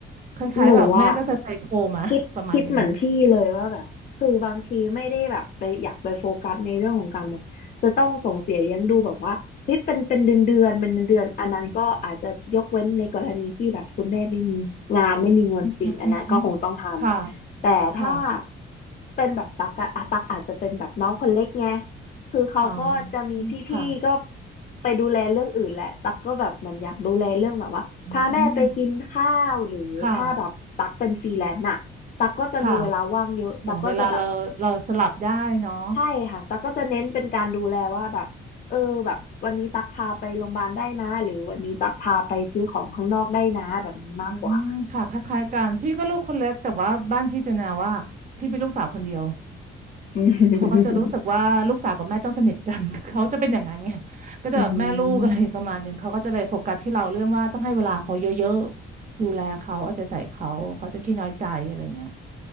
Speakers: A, on the right; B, on the left.
A: คล้ายๆแบบแม่ก็จะไซโคมา
B: หนูอ่ะ
A: <laughs>
B: คิดคิดเหมือนพี่เลยว่าแบบคือบางทีไม่ได้แบบไปอยากไปโฟกัสในเรื่องของการแบบจะต้องส่งเสียเลี้ยงดูแบบว่าเฮ้ยเป็นเป็นเดือนเดือนเป็นเดือนเดือนอันนั้นก็อาจจะยกเว้นในกรณีที่แบบคุณแม่ไม่มีงานไม่มีเงินจริงอันนั้นก็คงต้องทำแต่ถ้า
A: ประมาณหนึงอืมค่ะค่ะ
B: เป็นแบบตักอะอ่ะตักอาจจะเป็นแบบน้องคนเล็กไงคือเขาก็จะมีพี่ๆก็
A: อ๋อค่ะ
B: ไปดูแลเรื่องอื่นแหละตักก็แบบมันอยากดูแลเรื่องแบบว่าพาแม่ไปกินข้าวหรือถ้าแบบตักเป็นฟรีแลนซ์น่ะ
A: อืม ค่ะ
B: ตักก็จะมีเวลาว่างเยอะตักก็จะแบบ
A: ค่ะ เหมือนเวลาเราเราสลับได้เนาะ
B: ใช่ค่ะตักก็จะเน้นเป็นการดูแลว่าแบบเออแบบวันนี้ตักพาไปโรงพยาบาลได้นะหรือวันนี้ตักพาไปซื้อของข้างนอกได้นะแบบนี้มากกว่า
A: อืม ค่ะคล้ายๆกัน พี่ก็ลูกคนเล็กแต่ว่าบ้านพี่จะแนวว่าพี่เป็นลูกสาวคนเดียว
B: <laughs> อืม
A: เขาก็จะรู้สึกว่าลูกสาวกับแม่ต้องสนิทกัน <laughs> เขาจะเป็นอย่างนั้นไง ก็จะแบบแม่ลูกอะไรประมาณนึงเขาก็จะเลยโฟกัสที่เราเรื่องว่าต้องให้เวลาเขาเยอะๆดูแลเขาเอาใจใส่เขาเขาจะขี้น้อยใจอะไรอย่างเงี้ย
B: อืม